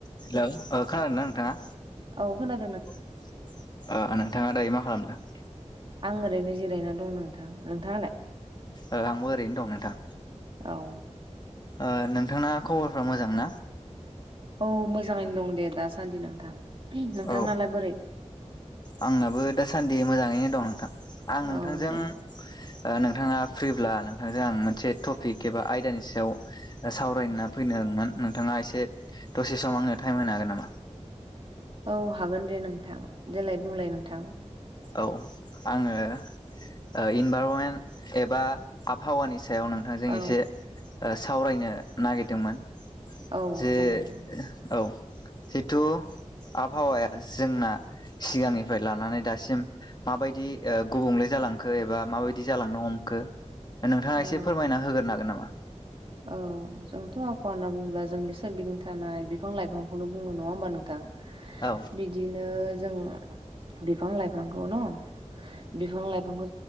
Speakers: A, on the left (about 35°); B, on the right (about 45°).
A: Hello ओ खोनादों ना नोंथाङा
B: औ खोनादों नों
A: औ ओ नोंथाङा दायो मा खालामदों
B: आं ओरैनो जिरायना दं नोंथां नोंथाङालाय
A: ओ आंबो ओरैनो दं नोंथां
B: औ
A: ओ नोंथांना खबरफ्रा मोजां ना
B: औ मोजाङैनो दं दे दासान्दि नोंथां नोंथांनालाय
A: औ
B: बोरै
A: आंनाबो दासान्दि मोजाङैनो दं नोंथां आं नोंथांजों
B: औ दे
A: ओ नोंथाङा फ्रिब्ला नोंथांजों आं मोनसे टपिक एबा आयदानि सायाव सावरायना फैनोमोन नोंथाङा एसे दसे सम आङो टाइम होनो हागोन नामा
B: औ हागोन दे नोंथां देलाय बुंलाय नोंथां
A: औ आङो ओ इनभारमेन्ट एबा आबहावानि सायाव नों नोंथांजों
B: औ
A: एसे सावरायनो नागिरदोंमोन
B: औ
A: जे
B: जागोन दे
A: औ जेथु आबहावाया जोंना सिगांनिफ्राय लानानै दासिम माबायदि गुबुंले जालांखो एबा माबायदि जालांनो हमखो नोंथाङा
B: औ
A: एसे फोरमायना होगोरनो हागोन नामा?
B: औ जोंथ' आबहावा होनना बुंङोब्ला जोंनि सोरगिदिं थानाय बिफां लाइफांखौनो बुङो नङा होमबा नोंथां?
A: औ
B: बिदिनो जों बिफां लाइफांखौ न' बिफां लाइफांखौ